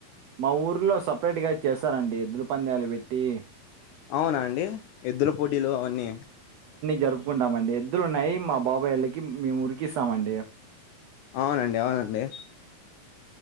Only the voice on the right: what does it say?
మా ఊర్లో సపరేట్గా చేస్తార అండి ఎద్దుల పందాలు పెట్టి
జరుపుకుంటామ అండి ఎద్దులు ఉన్నాయి మా బాబయి వాళ్ళకి మేము ఊరికి ఇస్తామ అండి